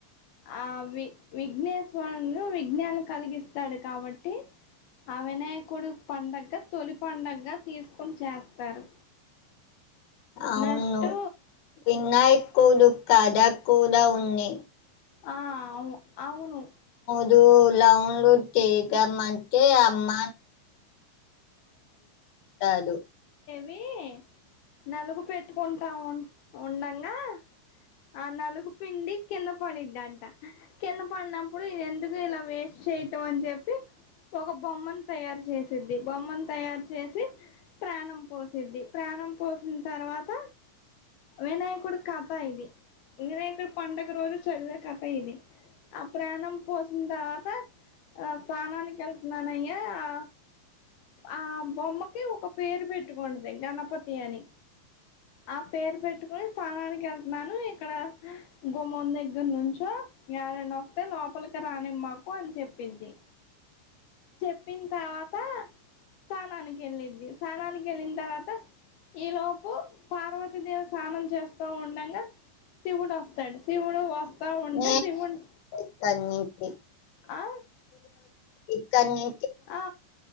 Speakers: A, on the left; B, on the left.
A: ఆ వి విఘ్నేశ్వరును విఘ్నాలు కలిగిస్తాడు కాబట్టి ఆ వినాయకుడు పండగ తొలి పండుగగా తీసుకొని చేస్తారు
B: అవును
A: నెక్స్ట్
B: వినాయక్ కూదు కాదా కూద ఉంది
A: ఆ అవును అవును
B: దు లవన్లు చేగా మం కే అమ్మా కాదు
A: వీనలుగు పెట్టుకుంటా ఉండంగా ఆ నలుగు పిండి కింద పడిద్దంట కింద పడినప్పుడు ఎందుకు ఇలా వేస్ట్ చేయటం అని చెప్పి ఒక బొమ్మను తయారు చేసిద్ది బొమ్మను తయారు చేసి ప్రాణం పోసిద్ది ప్రాణం పోసిన తర్వాత వినాయకుడు కథ ఇది వినాయకుడు పండుగ రోజు చంద్రుని కథ ఇది అ ప్రాణం పోస్ వచ్చిన తర్వాత ఆ స్నానానికి వెళ్తున్నానయ్యా ఆ ఆ బొమ్మకి ఒక పేరు పెట్టుకుంటది గణపతి అని ఆ పేరు పెట్టుకుని స్నానానికి వెళ్తన్నాను ఇక్కడ గుమ్మం దగ్గర నుంచో ఎవరైనా వస్తే లోపలికి రానిమాకు అని చెప్పిద్ది. చెప్పింతర్వాత స్నానానికి వెళ్ళిద్ది. స్నానానికి వెళ్ళిన తర్వాత ఈ లోపు పార్వ తిదేవి స్నానం చేస్తూ ఉండంగా శివుడు వస్తాడు శివుడు వస్ తే ఉంటే
B: నేను
A: శివుడి ని
B: ఇక్కడి నుంచి
A: ఆ
B: ఇక్కన్ని
A: ఆ